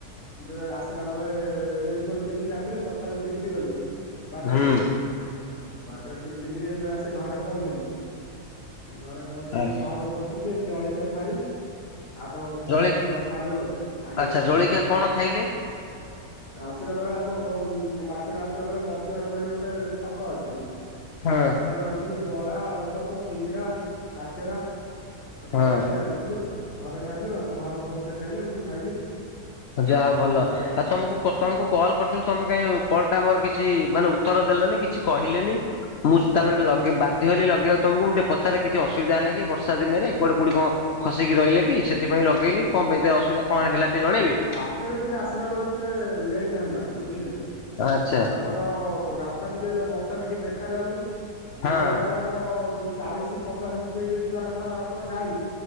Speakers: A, on the left; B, on the left.
A: ଯେତେବେଳେ ଆସିଲା ବେଳେ ରେନି କୋଟ୍। ପିନ୍ଧିକି ଆସିଲୁ ତଥାପି ତିନ୍ତି ଗଲୁ ବାଟରେ
B: ହୁଁ
A: ଆଉ ବା ବାଟେ ରେ ତିିନ୍ତି କରି ଏବେ ଆସି ଘରେ ପହଞ୍ଚିଲୁ ଘରେ ପହଞ୍ଚିଲୁ
B: ହଁ
A: ଘରେ ପହଞ୍ଚ୍ ଞ୍ଚି କି ଟିକେ ଜଳଖିଆ ଖାଇ ଆପଣଙ୍କ
B: ଜଳି
A: ସହିତ ଟିକେ କଥା ହେଲୁ ଆଉ ଆଜ୍ଞା।
B: ଆଚ୍ଛା ଜଳିକିଆ କଣ ଖାଇଲେ?
A: ଆସିଲା ବେଳେ ଆମ ଘ ବାଟରେ ଆସିଲା ବେଳେ ବଡଚଣା ବୋଲି ଗୋଟେ ଛକ ଅଛି।
B: ହଁ
A: ସେଠାରୁ ଆଣିଥିଲୁ ବରା ଆଳୁଚପ ସିଙ୍ଗିଡା କାକେରା। ଆଉ ତରକାରୀ
B: ହଁ
A: ଆଣିଥିଲୁ ଘରେ ଖାଇଲୁ ଆଉ ଘରେ ସମସ୍ତେ ଖାଇଲେ ମୁଁ ଖାଇଲି।
B: ଯା
A: ଆପଣ
B: ହଉ ଭଲ
A: ତାପରେ
B: ଆଉ
A: କଲ
B: ତମକୁ କ
A: ଆଜ୍ଞା
B: ତମକୁ। କଲ କରିଥିଲି ତମେ କାଇଁ କଲ ଟା ମୋର କିଛି ମାନେ ଉତ୍ତର ଦେଲନି କିଛି କହିଲେନି। ମୁଁ ତାପରେ
A: ଆଜ୍ଞା
B: ଲଗ ବାଧ୍ୟ ହେଲି ଲଗେଇବ ତମକୁ ମୁଁ ଟିକେ ପଚାର କିଛି ଅସୁବିଧା ହେଲାକି। ବର୍ଷା ଦିନରେ କୁଆଡେ କୋଉଠି କଁ ଖସିକି ରହିଲେ କି ସେଥିପାଇଁ ଲଗେଇଲି କଁ ପାଇଁ ସେ ଅସୁବିଧା କଣ ହେଲା ଟିକେ ଜଣେଇବେ।
A: ସେତେ ଟିକେ ଆସିଲା ବେଳେ ଟିକେ ଲେଟ୍ ହେଲା ବୁଝିଲେ
B: ଆଚ୍ଛା
A: ଏଇ ଯୋଉ ଆମ। ତ ରାସ୍ତା ଟିକେ ଏଇନା ବର୍ଷା ରେ କିଛି ଦେଖା ଯାଉନି ଯୋଉ
B: ହଁ
A: ଜାଗାରେ ଆ ଆମର ଚାଳିଶ ପଚାଶ ସ୍ପିଡରେ ଯିବା କଥା ଆମର ଗାଡି।